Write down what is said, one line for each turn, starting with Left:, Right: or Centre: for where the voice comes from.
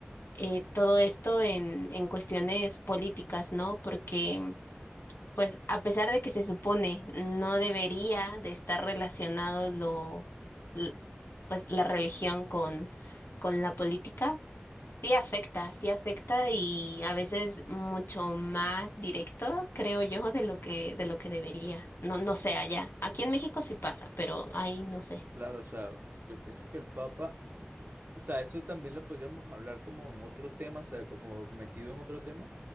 Left: eh, todo esto en, en cuestiones políticas, ¿no? Porque... Pues a pesar de que se supone no debería de estar relacionado lo, l- pues la religión con, con la política, sí afecta, sí afecta y a veces mucho más directo, creo yo, de lo que, de lo que debería. No, no sé allá. Aquí en México sí pasa, pero ahí no sé.
Right: Claro, o sea, yo pienso que el papa, o sea, eso también lo podríamos hablar como en otro tema, o sea, como metido en otro tema.